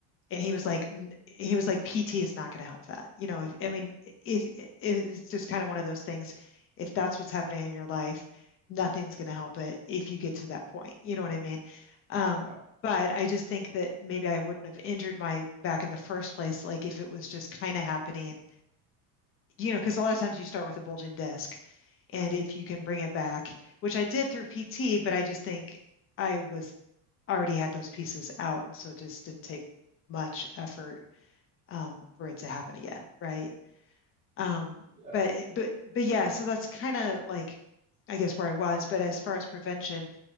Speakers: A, on the left; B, on the right.
A: and
B: okay.
A: he was like he was like PT is not going to help that you know I mean it, it it's just kind of one of those things if that's what's happening in your life nothing's going to help it if you get to that point you know what I mean um
B: Yeah.
A: but I just think that maybe I wouldn't have injured my back in the first place like if it was just kind of happening you know because a lot of times you start with a bulging disc and if you can bring it back which I did through PT but I just think I was already had those pieces out and so it just didn't take much effort um, for it to happen again, right? Um,
B: Yeah.
A: but but but yeah, so that's kind of like I guess where I was. But as far as prevention,